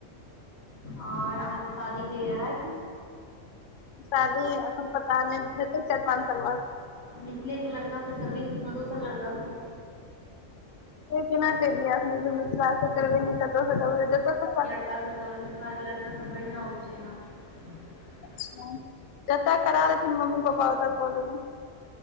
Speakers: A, on the left (about 80°); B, on the left (about 55°).
A: और अहाँकेँ शादी कहिया हैत
B: शादी एखन पता नै हेतै चाइर पाँच साल बाद
A: मिथिले केँ लड़का स करबै की कोनो दोसर लड़का स
B: से केना किहि दैयै अखन जे मिथिला स करबे की कत स करबै जत स कर
A: <unintelligible> मिथिला के लड़का सब बढ़िआ होइ छैय न <unintelligible>
B: <unintelligible> जत करा देथिन मम्मी पप्पा ओत कऽ लेबैय